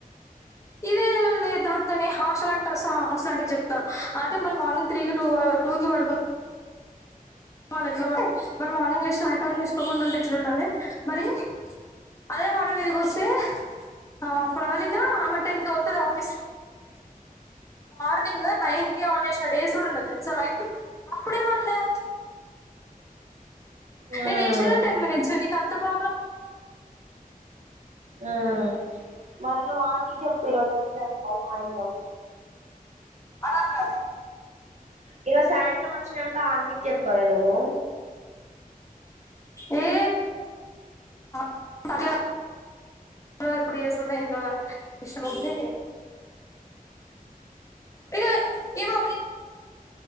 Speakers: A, on the left (about 20°); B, on the right (about 50°).
A: ఇదే లొల్లె దాంతోని హాస్టల్ అంట అస్స హాస్లాంటివి చెప్తా అంటే మరి మార్నింగ్ త్రీ క టూ టూ కి పడుకున్నా వాళ్ళు ఎట్లా ఉ మరి మార్నింగ్ లేషి లైట్ ఆన్ చేసుకోకుండా ఉంటే ఎట్లా ఉండాలె. మరి అదే మాట మీదికి వస్తే ఆ ప్రవలికా ఆమె టెన్కి పోతది ఆఫీస్ మార్నింగ్ నైన్ కి ఆన్ చేసిన డేస్ కూడా ఉన్నయి తెలుసా లైట్. అప్పుడేమనలే
B: ఉమ్
A: నేను ఏషిందే టెన్ మినిట్స్ నీకు అంత ప్రా
B: ఆ మరి నువ్వు ఆంటికి చెప్పు ఈరోజు వస్తుందేమో సాయంత్రం.
A: అరంగలే
B: ఈరోజు సాయంత్రం వచ్చాక ఆంటికి చెప్పవె నువ్వు.
A: ఎ <inaudible> కే ఎప్పుడు చేస్తుందో ఏందో డిస్టర్బ్ అవుతుంది ఇక ఏమో